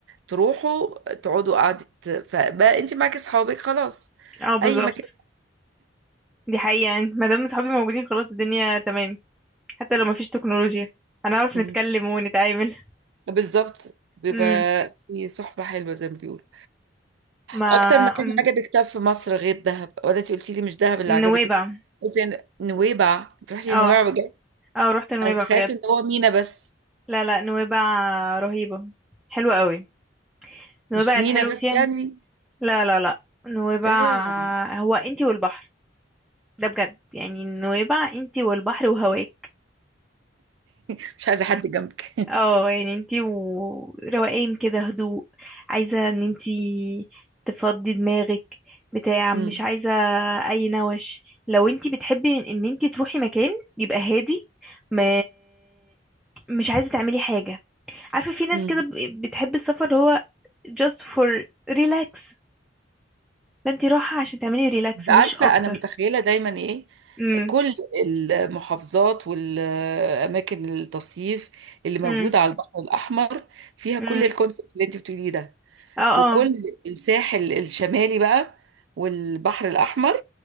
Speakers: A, on the right; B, in the centre.
A: تروحوا تقعدوا قعدة فبقى انت معاكي اصحابك خلاص
B: اه بالظبط
A: اي مكان
B: دي حقيقة يعني ما دام صحابي موجودين خلاص الدنيا تمام حتى لو مفيش تكنولوجيا هنعرف
A: مم.
B: نتكلم ونتعامل
A: بالظبط بيبقى
B: امم
A: في صحبة حلوة زي ما بيقولوا
B: ما
A: اكتر مكان
B: أم.
A: عجبك طب في مصر غير دهب ولا انت قلتي لي مش دهب اللي
B: نويبع
A: عجبتك قلت إن- نويبع انت رحتي
B: اه
A: نويبع بجد
B: اه رحت نويبع
A: انا تخيلت
B: بجد
A: ان هو مينا بس
B: لا لا نويبع رهيبة حلوة قوي نويبع
A: مش مينا
B: الحلو
A: بس
B: فيها
A: يعني
B: لا لا لا نويبع
A: آه.
B: هو انتي والبحر ده بجد يعني نويبع انتي والبحر وهواك
A: <laughs> مش عايزه حد جنبك <laughs>
B: اه يعني انتي وروقان كده هدوء عايزة ان انتي تفضي دماغك بتاع مش
A: مم.
B: عايزة اي نوش لو انتي بتحبي ان إن انتي تروحي مكان يبقى هادي ما مش عايزة تعملي حاجة عارفة في ناس
A: مم.
B: كده ب- بتحب السفر اللي هو just for relax فانتي رايحة عشان تعملي ريلاكس
A: عارفه
B: مش اكتر
A: انا متخيله دايما ايه
B: امم
A: كل المحافظات والاماكن التصيف اللي موجوده
B: امم
A: على البحر الاحمر فيها
B: امم
A: كل الكونسبت اللي انت بتقوليه ده
B: اه اه
A: وكل الساحل الشمالي بقى والبحر الاحمر